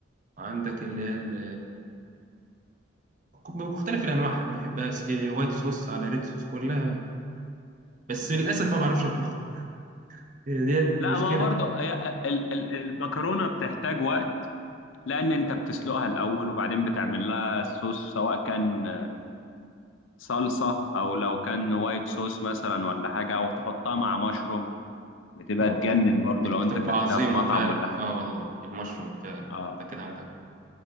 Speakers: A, on the right (about 40°); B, on the left (about 80°).
A: عندك اللي هي ال- بمختلف الأنواع أنا بحبها س- إيه، وايت صوص على ريد صوص كلها بس للأسف ما بعرفش أطبخ هي ديت
B: لا
A: مشكلة
B: ما هو برضو هي- ال- ال- المكرونة بتحتاج وقت لأن أنت بتسلقها الأول وبعدين بتعمل لها صوص سواء كان صلصة أو لو كان وايت صوص مثلا ولا حاجة أو تحطها مع مشروم بتبقى
A: اه
B: تجنن
A: بت-
B: برضو
A: بت-
B: لو
A: بتبقى
B: أنت كلتها
A: عظيمة
B: في مطعم
A: فعلا
B: ولا حاجة
A: اه والله المشروم فعلا
B: آه.
A: انت كده عندك حق